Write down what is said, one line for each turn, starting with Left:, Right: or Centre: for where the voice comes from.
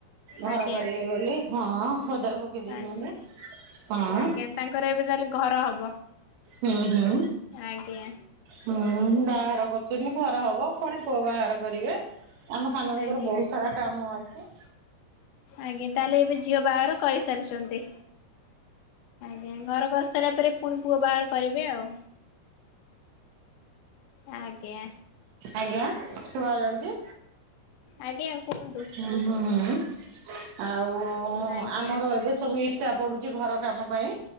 Right: ଘର
Left: ଆଜ୍ଞା।
Right: କରିବେ ବୋଲି। ହଁ, ପଦାରେ ପକେଇ ଦେଇଛନ୍ତିି।
Left: ଆଜ୍ଞା
Right: ହଁ
Left: ଆଜ୍ଞା ତାଙ୍କର, ଏବେ ତାହେଲେ ଘର ହବ।
Right: ହୁଁ, ହୁଁ,
Left: ଆଜ୍ଞା
Right: ହୁଁ ବାହାର କରୁଚୁନି ଘର ହବ। ଫୁଣି ପୁଅ ବାହାଘର କରିବେ। ଆମ ସାନ ବଉଙ୍କର
Left: ଆଜ୍ଞା।
Right: ବହୁତ ସାରା କାମ ଅଛି।
Left: ଆଜ୍ଞା, ତାହେଲେ ଏବେ ଝିଅ ବାହାଘର କରିସାରିଛନ୍ତି। ଜ୍ଞା, ଘର କରି ସାରିଲା ପରେ, ପୁଣି ପୁଅ ବାହାର କରିବେ ଆଉ। ଆଜ୍ଞା।
Right: ଆଜ୍ଞା, ଶୁଭା ଯାଉଛି?
Left: ଆଜ୍ଞା, କୁହନ୍ତୁ।
Right: ହୁଁ, ହୁଁ, ହୁଁ, ଆଉ
Left: ଆଜ୍ଞା
Right: ଆମର ଏବେ ସେ ସବୁ ଇଟା ପଡୁଛି, ଘର କାମ ପାଇଁ।